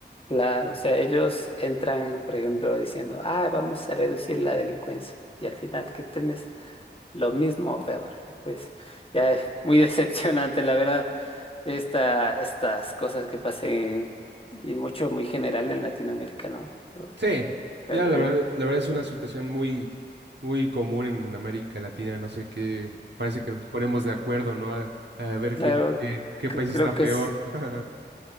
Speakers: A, on the left; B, on the right.
A: Claro, o sea, ellos entran, por ejemplo, diciendo, ah, vamos a reducir la delincuencia. Y al final que tienes lo mismo o peor. Eh, Pues ya es muy <laughs> decepcionante, la verdad, esta, estas cosas que pasen y mucho, muy general en Latinoamérica, ¿no? Yo
B: Sí,
A: Creo
B: ya la
A: que,
B: verdad, la verdad es una situación muy, muy común en América Latina, no sé qué, parece que nos ponemos de acuerdo, ¿no? A, a ver
A: claro,
B: quién, qué, qué
A: cre-
B: país
A: creo
B: está
A: que
B: peor.
A: es,
B: <laughs>